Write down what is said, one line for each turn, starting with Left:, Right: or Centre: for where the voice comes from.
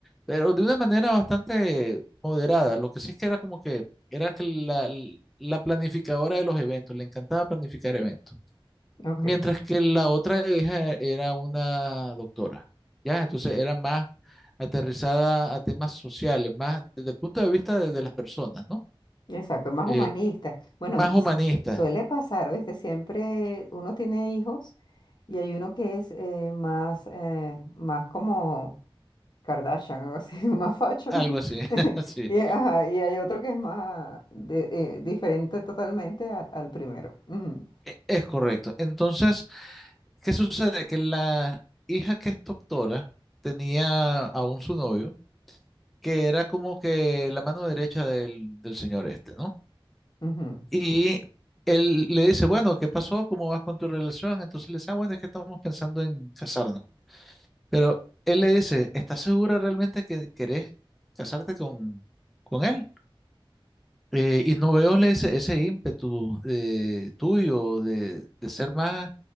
Centre: Pero de una manera bastante moderada. Lo que sí es que era como que era que la, la planificadora de los eventos, le encantaba planificar eventos.
Left: ok.
Centre: Mientras que la otra hija era una doctora, ¿ya? Entonces era más aterrizada a temas sociales, más desde el punto de vista de, de las personas, ¿no?
Left: Exacto, más
Centre: Eh,
Left: humanista. Bueno,
Centre: más humanista,
Left: si- su- suele pasar, ¿viste? Siempre uno tiene hijos y hay uno que es eh, más, eh, más como Kardashian, algo así, <laughs> más fashion.
Centre: algo así, <laughs>
Left: <laughs>
Centre: sí,
Left: Y, ajá, y hay otro que es más de- eh, diferente totalmente al, al primero. Ujú,
Centre: e- es correcto. Entonces, ¿qué sucede? Que la hija que es doctora tenía aún su novio, que era como que la mano derecha del, del señor este, ¿no?
Left: ujú.
Centre: Y él le dice, bueno, ¿qué pasó? ¿Cómo vas con tu relación? Entonces le dice, ah, bueno, es que estamos pensando en casarnos. Pero él le dice, ¿estás segura realmente que querés casarte con, con él? Eh, y no veo le- ese, ese ímpetu eh, tuyo de, de ser más,